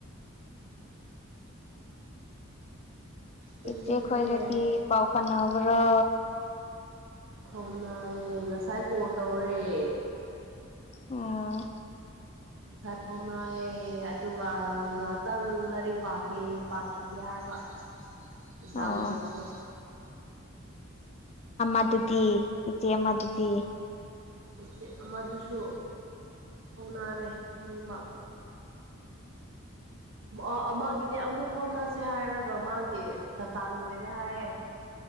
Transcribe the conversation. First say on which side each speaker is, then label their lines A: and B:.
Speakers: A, on the right; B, on the left.
A: ꯇꯨꯝꯅꯤꯡꯈ꯭ꯔꯦ
B: ꯏꯆꯦ ꯈꯣꯏꯒꯗꯤ ꯄꯥꯎ ꯐꯥꯕ꯭ꯔꯣ
A: ꯐꯥꯎꯅꯥꯏꯌꯦ ꯉꯁꯥꯏ ꯀ ꯇꯧꯔꯦ
B: ꯑꯣ
A: ꯉꯁꯥꯏꯐꯥꯎꯅꯌꯦ ꯑꯗꯨꯒ ꯉꯍꯥꯛꯇꯪ ꯂꯥꯏꯔꯤꯛ ꯄꯥꯈꯤ ꯄꯥꯈꯤꯒꯦ ꯍꯥꯏ ꯍꯥꯏꯕ ꯑꯦꯛꯖꯥꯝ
B: ꯑꯣ
A: ꯂꯩꯕꯗꯣ
B: ꯑꯗꯨꯗꯤ ꯏꯇ ꯑꯃꯗꯨꯗꯤ
A: ꯎꯆꯆꯦ ꯑꯃꯗꯨꯁꯨ ꯍꯧꯅꯔꯦ ꯑꯅꯤꯃꯛ ꯑ ꯑꯃꯒꯤꯗꯤ ꯑꯃꯨꯛ ꯐꯥꯎꯅꯁꯤꯦ ꯍꯥꯏꯔꯒ ꯃꯥꯒꯤ ꯗꯇꯥ ꯂꯣꯏꯔꯦ ꯍꯥꯏꯌꯦꯦ